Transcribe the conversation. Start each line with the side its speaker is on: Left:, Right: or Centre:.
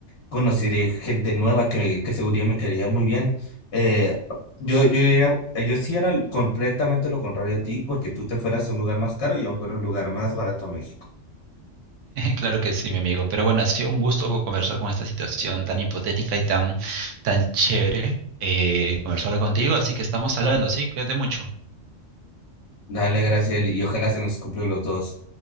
Left: conocí de gente nueva que, que seguro me quería muy bien. Eh, yo, yo, era- yo sí era completamente lo contrario a ti, porque tú te fueras a un lugar más caro y yo me fuera a un lugar más barato a México.
Right: Claro que sí, mi amigo. Pero bueno, ha sido un gusto conversar con esta situación tan hipotética y tan, tan chévere, eh, conversarlo contigo. Así que estamos hablando, ¿sí? Cuídate mucho.
Left: Dale, gracias, y ojalá se nos cumplan los dos.